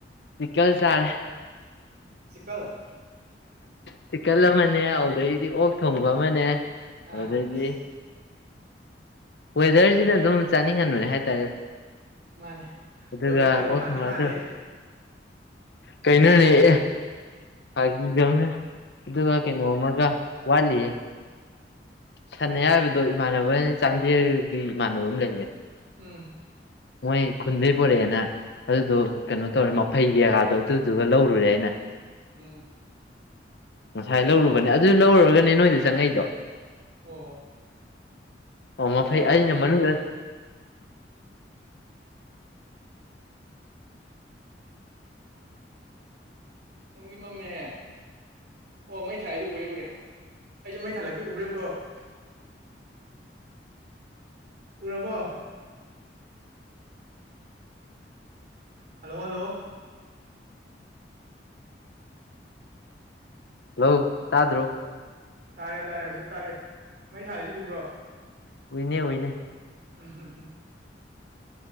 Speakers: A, on the left (about 70°); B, on the right (about 65°).
A: ꯆꯤꯛꯀꯜ ꯆꯥꯔꯦ
B: ꯆꯤꯛꯀꯜ
A: ꯇꯤꯛꯀꯜ ꯑꯃꯅꯦ ꯑꯗꯨꯗꯩꯗꯤ ꯑꯣꯛ ꯊꯣꯡꯕ ꯑꯃꯅꯦ ꯑꯗꯨꯗꯩꯗꯤ
B: ꯑꯥ ꯑꯁ
A: ꯋꯦꯗꯔꯖꯤꯅꯥ ꯑꯗꯨꯝ ꯆꯥꯅꯤꯡꯍꯟꯕꯅꯦ ꯍꯥꯏꯇꯥꯔꯦ
B: ꯃꯥꯅꯦ
A: ꯑꯗꯨꯗ
B: ꯑꯣꯏꯕ ꯑꯣꯏꯗꯕ
A: ꯑꯣꯛꯀꯤ
B: ꯃꯥꯟꯗꯤ
A: ꯋꯥꯗꯣ
B: ꯃꯥꯜꯂꯦ
A: ꯀꯩꯅꯣꯅꯦ ꯑꯦ ꯐꯥꯒꯤꯗꯧꯅꯥ ꯑꯗꯨꯒꯥ ꯀꯩꯅꯣ ꯑꯃꯒ ꯋꯥꯂꯤ ꯁꯟ ꯑꯌꯥꯏꯕꯗꯣ ꯏꯃꯥꯟꯅꯕ ꯆꯥꯟꯗꯦꯜꯒꯤ ꯏꯃꯥꯟꯅꯕ ꯑꯃ ꯂꯩꯌꯦ
B: ꯎꯝ
A: ꯃꯣꯏ ꯈꯨꯟꯗꯩ ꯄꯨꯔꯛꯑꯦꯅ ꯑꯗꯨꯗꯣ ꯀꯩꯅꯣ ꯇꯧꯔꯦ ꯃꯐꯩꯒꯤ ꯖꯒꯥꯗꯣ ꯑꯗꯨꯗꯨꯒ ꯂꯧꯔꯨꯔꯦ ꯑꯩꯅ ꯫
B: ꯎꯝ
A: ꯉꯁꯥꯏ ꯂꯧꯔꯨꯕꯅꯦ ꯑꯗꯨ ꯂꯧꯔꯨꯔꯒꯅꯦ ꯅꯣꯏꯗ ꯆꯪꯉꯛꯏꯗꯣ ꯫
B: ꯑꯣ
A: ꯑꯣ ꯃꯐꯩ
B: ꯈꯨꯠ ꯍꯥꯏꯔꯛꯑꯣ
A: ꯑꯩꯅ
B: ꯎꯕ꯭ꯔ
A: <unintelligible>
B: ꯌꯦꯡꯒꯦ ꯅꯪꯗꯤ ꯃꯝꯃꯦꯍꯦ ꯑꯣ ꯃꯩ ꯊꯥꯂꯛꯗꯨ ꯎꯔꯦ ꯎꯔꯦ ꯑꯩꯁꯨ ꯃꯩ ꯊꯥꯂꯛꯀꯤ ꯎꯕ꯭ꯔꯌꯦꯡꯉꯨꯀꯣ ꯫ ꯎꯔꯕꯣ ꯍꯜꯂꯣ ꯍꯜꯂꯣ
A: ꯍꯜꯂꯣ ꯇꯥꯗꯔꯣ
B: ꯇꯥꯔꯦ ꯇꯥꯔꯦ ꯍꯧꯖꯤꯛꯇ ꯇꯥꯔꯦ ꯃꯩ ꯊꯥꯜꯂꯤꯁꯦ ꯎꯕ꯭ꯔꯣ ꯫
A: ꯎꯅꯦ ꯎꯅꯦ
B: <unintelligible>